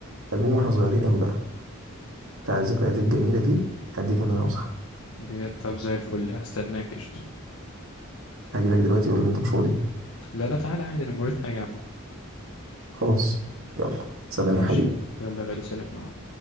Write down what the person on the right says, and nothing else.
البوم واحنا صغيرين قوي بقى بتاع الذكريات الجميله دي هديك منه نسخه
هاجي لك دلوقتي ولا انت مش فاضي
خلاص يلا سلام
يا حبيبي